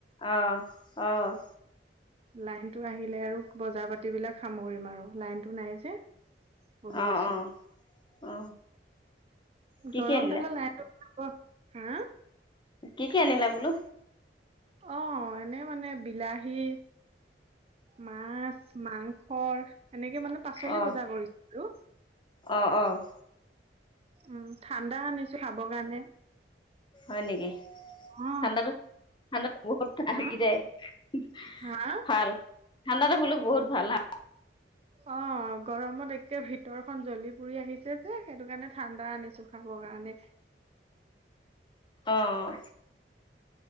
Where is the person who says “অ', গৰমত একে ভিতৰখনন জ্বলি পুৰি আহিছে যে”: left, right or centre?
Right